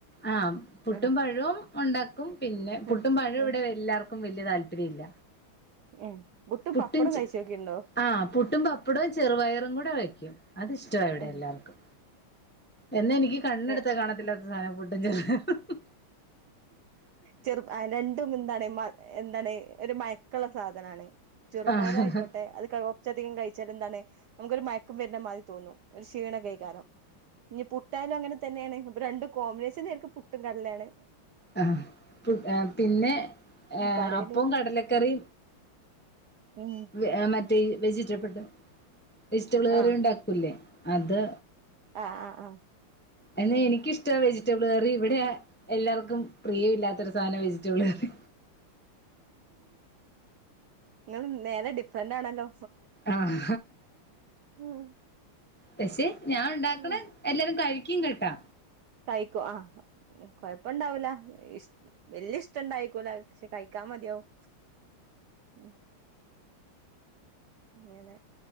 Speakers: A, on the left; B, on the right.
A: ആഹ പുട്ടും
B: ആഹ്
A: പഴവും ഉണ്ടാക്കും പിന്നെ പുട്ടും
B: ആഹ്
A: പഴവും ഇവിടെ
B: ആഹ്
A: എല്ലാവർക്കും വ വല്യ താല്പര്യം ഇല്ല
B: ഏഹ്
A: പുട്ടും
B: പപ്പടും കഴിച്ചോക്കിണ്ടോ
A: ആഹ് പുട്ടും പപ്പടവും ചെറുപയറും കൂടെ വയ്ക്കും അത് ഇഷ്ടമാ ഇവിടെ
B: ഏഹ്
A: എല്ലാവർക്കും എന്നെ എനിക്ക് കണ്ണെടുത്താ
B: ഏഹ്
A: കാണത്തില്ലാ സധന ഫുഡ്ഡ് ഞ്ഞ ഹ് ഹ്
B: ചെറു രണ്ടും എന്താണ് മ എന്താണ് ഒരു മയ ക്കളള സാധനാണ് ചുറപ്പയറാആയിക്കോട്ടെ
A: ആഹ്
B: അത്ക്കെറച്ചധികം കഴിച്ച എന്താണ് നമുക്കൊരു മയക്കം വരുന്ന മാതി തോന്നും. ഒരു ക്ഷീണ ഒക്കെ ഏകാരം ഇനി പുട്ടായാലും അങ്ങനെ തന്നെയാണ് രണ്ട് കോമ്പിനേഷൻ നേർക്ക് പുട്ടും കടല യാണ്
A: ആഹ് പു പിന്നെ ഏഹ്
B: പറയല്
A: അപ്പം കടലക്കറി
B: ഉം
A: വെ മറ്റേ
B: ഉം
A: വെജിറ്റബിൾ വജിറ്റബിൾ കറി
B: ആഹ്
A: ഉണ്ടാക്കൂലേ അത്.
B: ആഹ് ആഹ് ആഹ്
A: എന്നാ
B: ഉം
A: എനിക്കിഷ്ട്ടം വെജി വെജിറ്റബിൾ കറി ഇവിടെ എല്ലാർക്കും പ്രിയ ഇല്ലാത്തരു സാന വെജിറ്റബിൾ കറി
B: നിങ്ങൾ നേരെ ഡിഫറന്റ് ആണല്ലോ.
A: ആഹ്
B: ഉം
A: പക്ഷെ ഞാൻ ഉണ്ടാക്കണ
B: ഉം
A: എല്ലാരും കഴി ക്യും കേട്ടോ
B: കഴിക്കും ആഹ് കൊഴപ്പണ്ടാവൂല ഇഷ് വല്യ ഇഷ്ട ഇണ്ടായിക്കൂലാ പക്ഷെ കഴിക്കാ മതിയാവും ഉം അങ്ങനെ